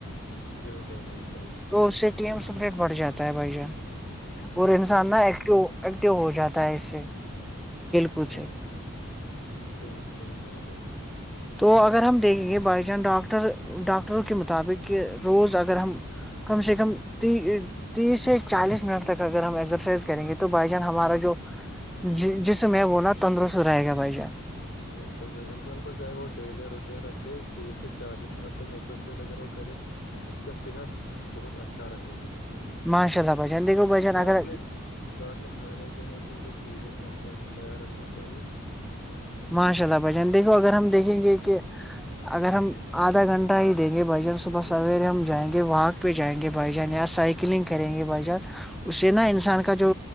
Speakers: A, on the left; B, in the centre.
A: بالکل بالکل
B: تو اس سے ٹی ایم سپریٹ بڑھ جاتا ہے بھائی جان اور انسان
A: صحیح
B: نا ایکٹو ایکٹیو ہو جاتا ہے اس سے کود
A: صحیح
B: سے
A: صحیح صحیح بات ہے
B: تو اگر ہم دیکھیں گے بھائی چان ڈاکٹر ڈاکٹروں کے مطابق کہ روز اگر ہم کم سے کم ت تیس سے چالیس منٹ تک اگر ہم ایکسرسائز کریں گے تو بھائی جان ہمارا جو ج جسم ہیں وہ نا تندرست رہے گا بھائی جان
A: بالکل انسان کو چاہے وہ ڈیلی روٹین رکھے تیس سے چالیس منٹ تک ایکزرسائز اگر وہ کرے اس کا صحت بہت اچھا رہے گا
B: ماشاء اللہ بھای جان چن دیکھوں بھائی جان
A: ساتھ
B: اگر
A: میں ساتھ میں کھانے پینے کی جو چیزیں ہیں ان کا بھی خیال رکھنا چاہیے
B: ماشاء اللہ بھ جان دیکھو اگر ہم دیکھیں
A: ہوں
B: گے کہ اگر ہم
A: ہ
B: آدھا گھنٹہ اٹھائی دیں گے بھ جان صبح سویرے ہم جائیں گے واک پہ جائیں گے بھائی جان یا سائیکلنگ کریں گے بھائی جان اس سے نا انسان کا جو